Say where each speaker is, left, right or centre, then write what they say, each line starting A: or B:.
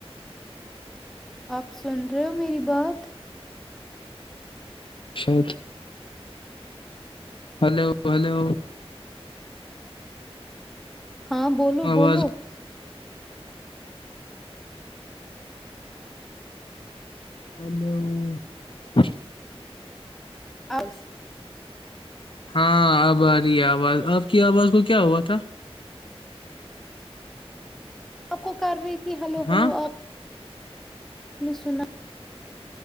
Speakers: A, in the centre; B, on the left.
A: آپ سن رہے ہو میری بات
B: شاید ہلو ہلو
A: ہاں بولو
B: آواز
A: بولو
B: ہلو <unintelligible>
A: <unintelligible>
B: ہاں اب آ رہی ہے آواز آپ کی آواز کو کیا ہوا تھا
A: آ کو کر رہی ت جی ہلو
B: ہاں
A: ہلو آپ میں نے سنا